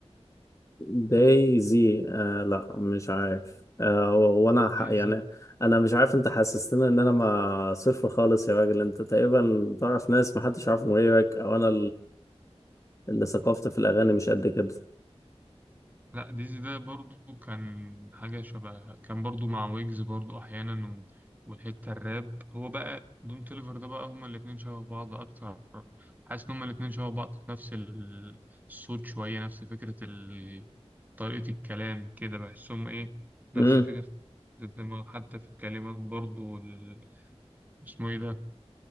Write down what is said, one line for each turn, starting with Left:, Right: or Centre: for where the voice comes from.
Left: دايزي آه لا مش عارف آه هو هو انا ح-
Right: ديزي
Left: يعني انا مش عارف انت حسستني ان انا ما صفر خالص يا راجل انت تقريبا تعرف ناس محدش يعرفهم غيرك او انا اللي ثقافتي في الأغاني مش قد كده
Right: لا ديزي ده برضو كان حاجة شبه كان برضو مع ويجز برضو أحيانا و... والحتة الراب هو بقى دون توليفر ده بقى هما الاتنين شبه بعض أكتر حاسس إن هما الاتنين شبه بعض في نفس ال- الصوت شوية نفس فكرة ال... طريقة الكلام كده بحسهم إيه نفس
Left: امم
Right: فكرة الدماغ حتى في الكلمات برضو وال... اسمه إيه ده